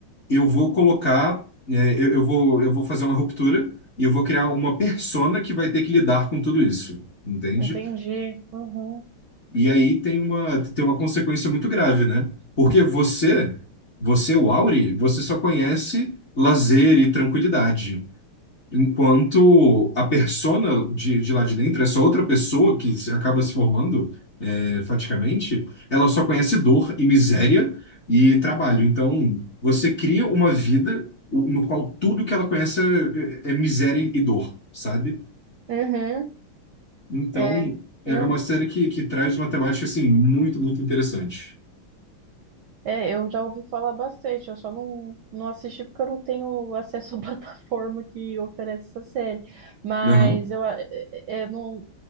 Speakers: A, on the left; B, on the right.
A: Eu vou colocar, é, eu, eu vou, eu vou fazer uma ruptura e eu vou criar uma persona que vai ter que lidar com tudo isso, entende?
B: entendi. Uhum.
A: E aí tem uma, tem uma consequência muito grave, né? Porque você, você, o Auri, você só conhece lazer e tranquilidade. Enquanto a persona de, de lá de dentro, essa outra pessoa que se- acaba se formando, é, faticamente, ela só conhece dor e miséria e trabalho. Então, você cria uma vida o- no qual tudo que ela conhece é, é é miséria e dor, sabe?
B: Uhum.
A: Então,
B: É,
A: é
B: eu,
A: é uma série que, que traz uma temática, assim, muito, muito interessante.
B: é, eu já ouvi falar bastante, eu só não, não assisti porque eu não tenho acesso à <laughs> plataforma que oferece essa série. Mas
A: Aham.
B: eu, a- é- é- eu não,